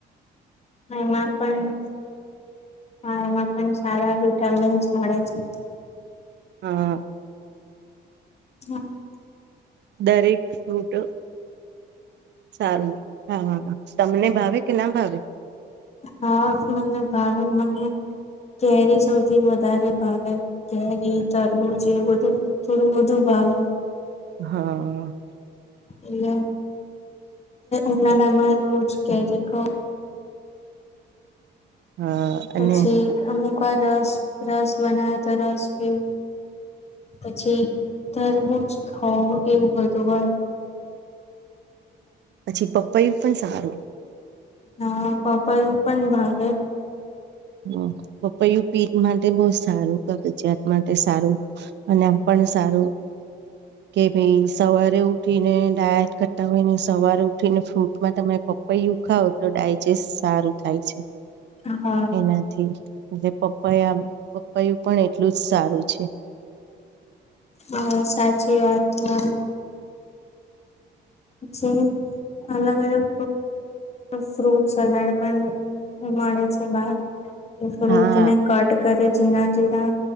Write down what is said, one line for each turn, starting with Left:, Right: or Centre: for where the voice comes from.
Left: એમાં પણ હા એમાં પણ સારા વિટામિ. <unintelligible>
Right: હા
Left: હમ
Right: દરેક ફ્રૂટ. સારું હા હા હા તમને ભાવે કે ના ભાવે.
Left: હા મને ભાવે મને કેરી સૌથી વધારે ભાવે. કેરી તરબું છે બધું થોડું બધું ભાવે.
Right: હા.
Left: એલે ઉનાળમાં રોડ કે રખ.
Right: હા
Left: પછી
Right: અને
Left: અમુક વા રસ રસ બનાવે તો રસ ભી પછી ધ. હો એવું બધું હોય.
Right: પછી પપૈું પણ સારું.
Left: હા પપ્પા એવું પણ ભારે.
Right: હ પપ્પૈું પીઠ માટે બહ સારું કગજિયાત માટે સારું અને આમ પણ. તન સારું. કે ભાઈ સવારે ઉઠીને ડાયટ કરતા હોય ને સવારે ઉઠી ને ફ્રૂટમાં તમે પપાઈું. દુખાવો તો ડાયજેસ્ટ સારું થાય છે.
Left: હ હા
Right: એનાથી. એટલે પપ્પાયા પપ્પાયું પણ એટલું જ સારું છે.
Left: હા સાચી વાત તમારી. જે અલગ અલગ ફ્રૂટ સલાડ પણ. મળે છે બાર કે ફ્રૂટ
Right: હા
Left: ને કટ કરે જઝીણા જઝીણા.